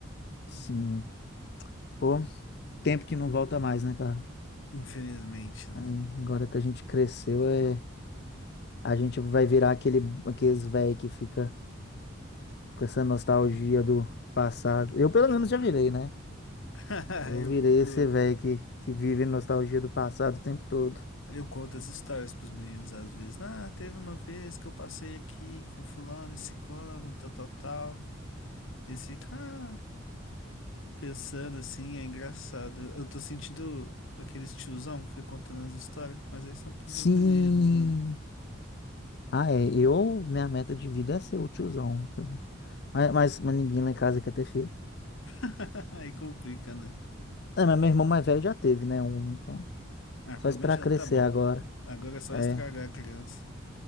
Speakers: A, on the left (about 50°); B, on the left (about 75°).
A: Sim. Pô, tempo que não volta mais, né, cara?
B: Infelizmente, né?
A: Aí, agora que a gente cresceu, é... a gente vai virar aquele, aqueles velho que fica com essa nostalgia do passado. Eu, pelo menos, já virei, né?
B: <laughs>
A: Eu
B: Eu,
A: virei
B: pô,
A: esse velho que, que vive nostalgia do passado o tempo todo.
B: eu conto as histórias pros meninos às vezes. Ah, teve uma vez que eu passei aqui com fulano e ciclano, e tal, tal, tal. Eles ficam, ah, pensando assim, é engraçado. Eu tô sentindo aqueles tiozão que foi contando as histórias, mas aí são pros
A: Sim!
B: meus meninos, né?
A: Ah, é. Eu, minha meta de vida é ser o tiozão. o tiozão. Mas, mas, mas ninguém lá em casa quer ter filho.
B: <laughs> Aí complica, né?
A: É, mas meu irmão mais velho já teve, né? Um, então.
B: Ah,
A: Só
B: pelo
A: esperar
B: menos já
A: crescer
B: tá bom.
A: agora.
B: Agora é só
A: É.
B: estragar a criança.